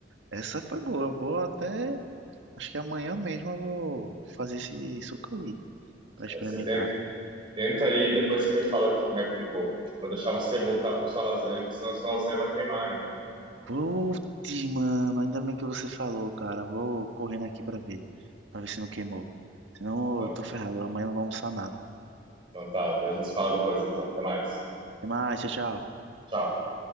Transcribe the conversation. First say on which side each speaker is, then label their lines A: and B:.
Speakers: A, on the right; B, on the right.
A: Essa foi boa, eu vou até. Acho que amanhã mesmo eu vou fazer esse suco aí pra experimentar.
B: Aí você tenta, tenta aí, depois você me fala como é que ficou. Vou deixar você voltar para sua lasanha, porque senão a sua lasanha vai queimar. Hein?
A: Putz, mano, ainda bem que você falou, cara. Vou correndo aqui pra ver, pra ver se não queimou. Senão
B: Então,
A: eu tô ferrado, amanhã eu não vou almoçar nada.
B: então tá, a gente se fala depois então. Até mais.
A: Até mais, tchau, tchau.
B: Tchau.